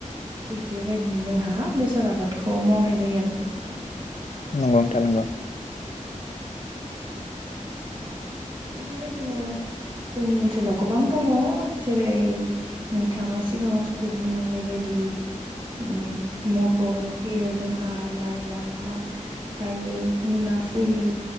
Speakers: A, on the right; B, on the left.
A: थिग बेबायदिनो जोंहा बेसर आबादखौ मावनाय जायो आरोना नोंथां।
B: नंगौ नोंथां नंगौ।
A: औ थिग बेबायदिनो जोंनि ओनसोलाव गोबां दङ जेरै नोंथाङा सिगाङाव बुंलांनाय बायदि बे ओम मटर फैयो जोंहा लाइ लाफा गायो मुला फैयो